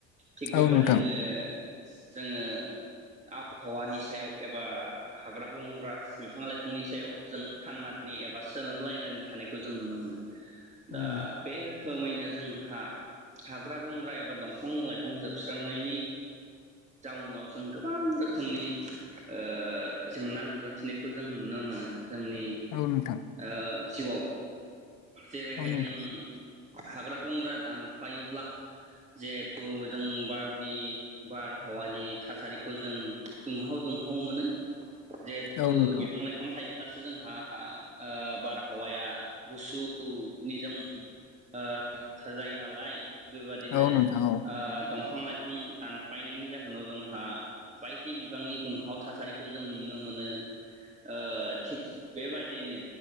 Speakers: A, on the right (about 15°); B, on the left (about 55°).
A: थिग बेबादिनो
B: औ नोंथां
A: जोङो आबहावानि सायाव एबा हाग्रा बंग्रा बिफां लाइफांनि सायाव जों थांनानै एबा सोनारलायनानै थानायखौ जों नुनो मोनो।
B: उम
A: दा बे रोख खोमैनो जोंहा हाग्रा बंग्रा एबा दंफां लाइफां जोबस्रांनायनि जाउनाव जों गोबां रोखोमनि ओ जेंना नुजाथिनायखौ जों नुनो मोनो। जोंनि
B: औ नोंथां
A: ओ थिबाव जेरैहाय
B: औ नोंथां
A: जों हाग्रा बंग्रा दामफायोब्ला जिहेथु जों बारनि बारहावानि थासारिखौ जों दुंहाव दुंहाव मोनो। जेहेथु
B: औ नोंथां
A: बिफां लाइफां थायो ब्लासो जोंहा ओ बारहावाया गुसु निजोम ओ <unintelligible> नालाय। बेबायदिनो
B: औ
A: ओ
B: नोंथां औ
A: दं फां लाइफां दानफायनायनि जाहोनाव जोंहा बायदि बिबांनि दुंहाव थासारिखौ जों नुनो मोनो। ओ थिग बेबायदिनो